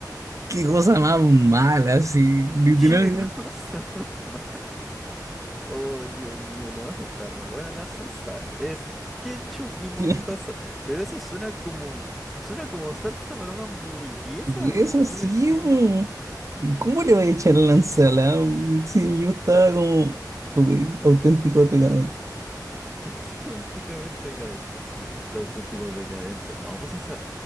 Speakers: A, on the right (about 45°); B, in the centre.
A: qué cosa más mala, así, literalmente.
B: ¿Qué cosa? ma? Oh, Dios mío, no, si está re buena la salsa. Es ketchup y mostaza.
A: <laughs>
B: Pero eso suena como, suena como salsa para una hamburguesa,
A: Y eso
B: po, no
A: sí,
B: le sigue.
A: po. ¿Cómo le voy a echar a la ensalada? Sí, yo estaba como ok, auténtico decadente.
B: <laughs> Auténticamente decadentes. Los auténticos decadentes. No, pues esa,